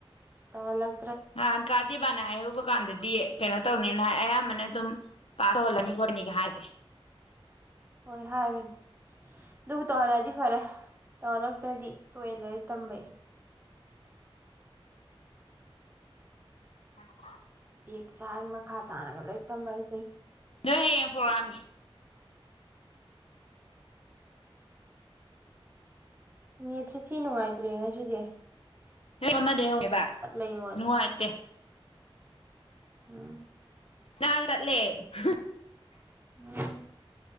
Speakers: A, on the right; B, on the left.
A: ꯇꯧꯍꯜꯂꯛ
B: ꯉꯥꯍꯥꯟ ꯀꯥ ꯗꯤꯞ ꯏꯕꯥꯥꯟꯅ ꯍꯥꯏꯍꯧꯕ ꯀꯥꯟꯗꯗꯤ ꯀꯩꯅꯣ ꯇꯧꯅꯤꯅ ꯍꯥꯏ ꯑꯌꯥꯝꯕꯅ ꯑꯗꯨꯝ ꯄꯥꯁ ꯇꯧꯍꯜꯂꯅꯤ ꯈꯣꯠꯅꯤꯒ ꯍꯥꯏꯕꯅꯦ
A: ꯍꯣꯏ ꯍꯥꯏꯕꯅꯦ ꯑꯗꯨꯕꯨ ꯇꯧꯍꯜꯂꯛꯑꯗꯤ ꯐꯔꯦ ꯇꯧꯍꯜꯂꯛꯇ꯭ꯔꯥꯗꯤ ꯇꯣꯛꯑꯦ ꯂꯥꯢꯔꯤꯛ ꯇꯝꯕꯩ
B: ꯑꯍꯦꯎ
A: ꯕꯦꯛ ꯆꯥꯔ ꯃꯈꯥ ꯇꯥꯅꯒ ꯂꯣꯢ ꯇꯝꯅꯩ
B: ꯅꯣꯏ ꯍꯌꯦꯡ ꯄ꯭ꯔꯣꯒ꯭ꯔꯥꯝ
A: ꯅꯦꯠꯁꯦ ꯊꯤ ꯅꯨꯡꯉꯥꯏꯇ꯭ꯔꯦꯠ ꯍ ꯁꯤꯗꯤ
B: ꯑꯃꯗꯩ ꯍꯧꯅꯦꯕ
A: ꯑꯩꯉꯣꯟꯗ
B: ꯅꯨꯉꯥꯢꯇꯦ
A: ꯎꯝ
B: <unintelligible>
A: ꯎꯝ